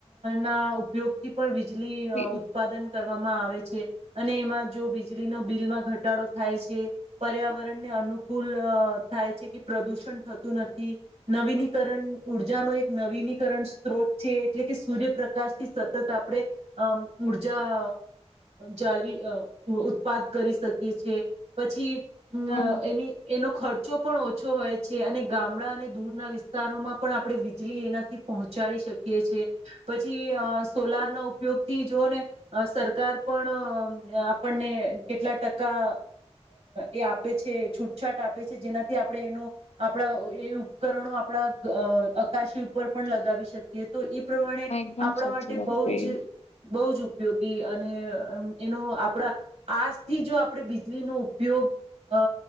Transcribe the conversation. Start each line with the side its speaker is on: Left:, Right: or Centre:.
Right: ના ઉપયોગથી પણ બજ
Left: હા
Right: ઉત્પાદન કર વામાં આવે છે. અને એમાં જો વીજળીનો બિલમાં ઘટાડો થાય છે, પર્યાવરણને અનુકૂલ થાય છે કે પ્રદુષણ થતું નથી, નવીનીકરણ ઉર્જા ન એક નવીનીકરણ સ્ત્રોત છે એટલે કે સૂર્યપ્રકાશ થી સતત આપણે, અ ઉર્જા જાળવી ઉત્પાદ કરી શકીએ છ છીએ, પછી અમ
Left: હા
Right: એની એનો ખર્ચ પણ ઓછો હોય છે અને ગામડા અને દૂરના વિસ્તારોમાં પણ આપણે વીજળી એનાથી પહોંચાડી શકીએ છે, પછી સોલાર ના ઉપયોગ થી જોઓ ને સરકાર પણ આપણને કેટલા ટકા એ આપે છે છૂટછાટ આપે છે જેનાથી આપણે એનો, આપણા એ ઉપકરણો આપણા અકાશી ઉપર પણ લગાવી શકે. એ તો પ્રમાણે,
Left: એકદમ
Right: આપણા
Left: સાચી
Right: માટે બહુ
Left: વાત કહી
Right: જ બહ જ ઉપ ઉપયોગી અને એનો આપણા, આજથી જો આપણે વીજળીનો ઉપયોગ અ